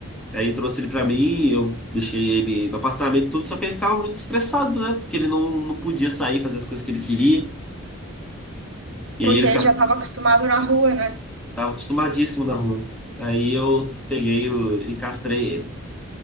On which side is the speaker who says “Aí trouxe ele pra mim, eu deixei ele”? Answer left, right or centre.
Centre